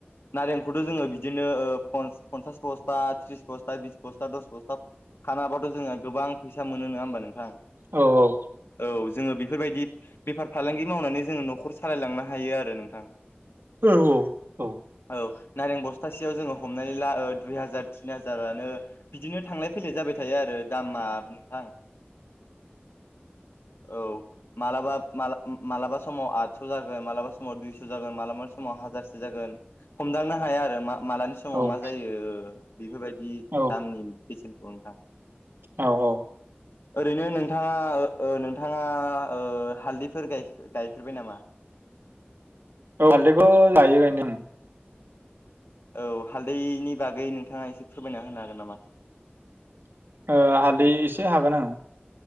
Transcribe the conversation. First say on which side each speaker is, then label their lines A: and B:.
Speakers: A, on the left (about 80°); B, on the right (about 70°).
A: नारेंखौथ जोङो ओ बिदिनो फन पनसास बस्था थ्रिस बस्था बिस बस्था दस बस्था खानो हाबाथ जोङो गोबां फैसा मोनो नङा होमबा नोंथां?
B: औ औ
A: औ जोङो बेफोरबायदि बेफार फालांगि मावनानै जोङो नखर सालायलांनो हायो आरो नोंथां
B: औ औ औ
A: ओ नारें बसथासे जों हमनानै ला ओ दुइ हाजार थिन हा हाजारनो बिदिनो थांलाय फैलाय जाबाय थायो आरो दामा नोंथां औ मालाबा, माला मालाबा समाव आदस' जागोन मालाबा समाव दुइस' जागोन मालाबा समाव हाजारसो जागोन, हमदांनो हाया आरो मा मालानि
B: औ
A: समाव
B: औ
A: मा जायो बेफोरबायदि
B: औ
A: दामनि, बेसेनखौ नोंथां,
B: औ औ
A: ओरैनो नोंथाङा ओ नोंथाङा ओ हालदैफोर गाय गायफेरबाय नामा? <unintelligible>
B: हालदैखौ गायो गानो ओं
A: औ हालदैनि बागै नोंथाङा एसे फोरमायना होनो हागोन नामा?
B: ओ हालदै एसे हागोन ओं,